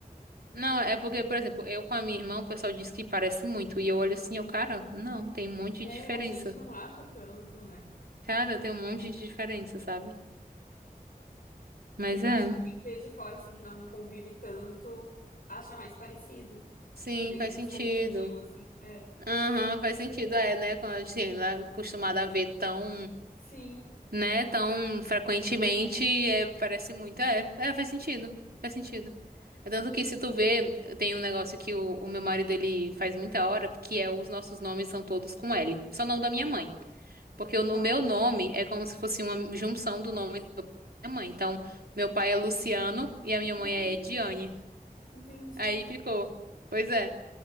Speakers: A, on the right; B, on the left.
A: não, é porque, por exemplo, eu com a minha irmã, o pessoal diz que parece muito, e eu olho assim, eu, cara, não, tem um monte
B: É,
A: de diferença.
B: a gente não acha tanto, né?
A: Cara, tem um monte de diferença, sabe? Mas
B: É que
A: é.
B: eu acho que quem vê de fora, assim, que não convive tanto, acha mais parecido.
A: Sim,
B: Que nem
A: faz
B: tu
A: sentido.
B: se confundiu, assim. É.
A: Aham, faz sentido, é, né? Quando a gente não é acostumada a ver tão,
B: Sim.
A: né, tão frequentemente, é, parece muito. É, é, faz sentido. Faz sentido. é Tanto
B: Uhum.
A: que se tu vê, tem um negócio que o, o meu marido ele faz muita hora, que é os nossos nomes são todos com L. Só o nome da minha
B: Aham.
A: mãe. Porque o
B: Aham.
A: no- meu nome é como se fosse uma junção do nome da minha mãe. Então, meu pai é Luciano e a minha
B: Ah,
A: mãe é Ediane.
B: entendi.
A: Aí ficou. Pois é.